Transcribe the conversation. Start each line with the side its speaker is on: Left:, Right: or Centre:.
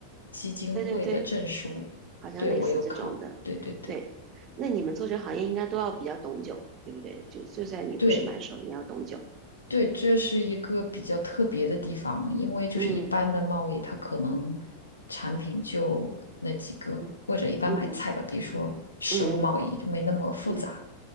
Left: 基金会的证书，
Right: 对对对。好像类似这种的。
Left: 对我有考，对对对。
Right: 对，那你们做这个行业应该都要比较懂酒，对不对？就就算你不是满手，
Left: 对，
Right: 你要懂酒。
Left: 对，这是一个比较特别的地方，因为就是一般的贸易，
Right: 嗯
Left: 它可能产品就那几个，
Right: 嗯
Left: 或者一般买菜吧，
Right: 嗯
Left: 比如说食物贸易就没那么复杂。
Right: 嗯嗯嗯，